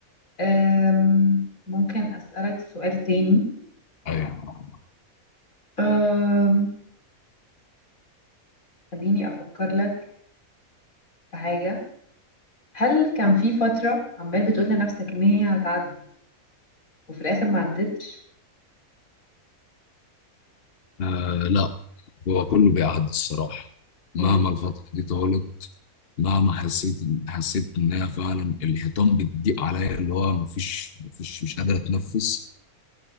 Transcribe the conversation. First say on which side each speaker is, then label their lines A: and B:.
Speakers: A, on the left; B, on the left.
A: أم، ممكن أسألك سؤال تاني
B: ايوه
A: أم، خليني أفكر لك في حاجة هل كان في فترة عمال بتقول لنفسك إن هي هتعدي وفي الآخر ما عدتش؟
B: آه لا هو كله بيعدي الصراحه مهما
A: امم
B: الفتره دي طالت مهما حسيت حسيت انها فعلا الحيطان بتضيق عليا اللي هو مفيش مفيش مش قادر اتنفس